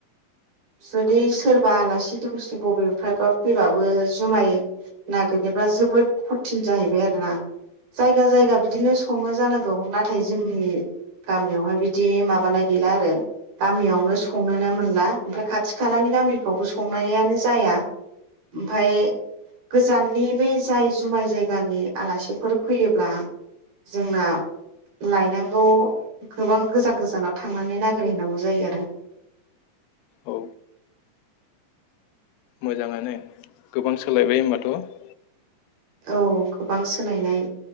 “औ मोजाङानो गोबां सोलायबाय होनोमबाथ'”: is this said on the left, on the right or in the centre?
Left